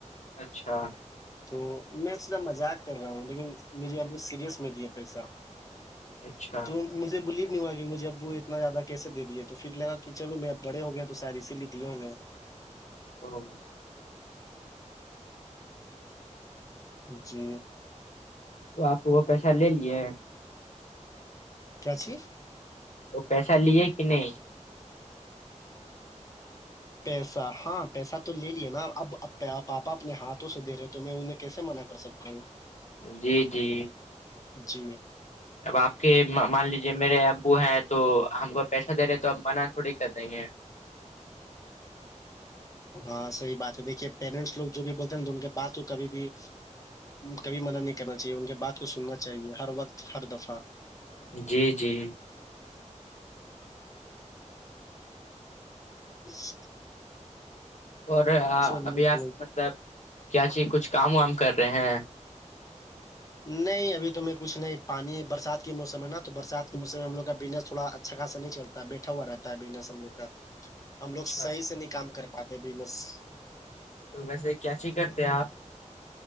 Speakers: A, on the left (about 65°); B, on the left (about 25°).
A: اچھا
B: تو میں اسرا مذاق کر ہ لیکن مجھے ابھی سیریس نہیں دیا پیسہ
A: اچھا
B: تو مجھے بولیے نہیں ہوا کہ مجےب وہ اتنا زیادہ کیسے دیے تو پھر لگا کہ چلو میں اب بڑے ہو گیا تو سیر اسی لیے دیے ہو گئے ہیں
A: ہ <unintelligible>
B: جی
A: تو آپ وہ پیسہ لے لیے
B: کیاچ <inaudible>
A: وہ پیسہ لیے کہ نہیں
B: پیسہ ہاں پیسہ تو لے لیا نا اب پاپا اپنے ہاتھوں سے دےرے تو میں انہیں کیسے منع کر سکتا ہوں
A: جی جی
B: جی
A: اب آپ کے مان لیجیے میرے ابو ہیں تو ہم کو پیسہ دے رہے تو اب منع تھوڑی کر دیں گے
B: ہاں صحی بات ہے دیکھیے پیرنٹس لوگ جو بھی بولتے ہیں تو ان کے بات کو کبھی بھی کبھی مدد نہیں کرنا چاہیے ان کے بات کو سننا چاہیے ہر وقت ہر دفعہ
A: جی جی
B: جی
A: اور
B: چلیے
A: ابھی
B: کوئی
A: آپ مطلب کیا چی کچھ کام وام کر رہے ہیں
B: نہیں ابھی تو میں کچھ نہیں پانی برسات کے موسم ہے نا تو برسات کے موسم میں ہم لگ کا بزنس تھوڑا چھگا سا نہیں چلتا بیٹھا ہوا رہتا ہے بزنس ہم لوگ کا ہم لوگ
A: اچھا
B: صح سے نہیں کام کر پات بزنس <inaudible>
A: تو ویسے کیاچھیی کرتے آپ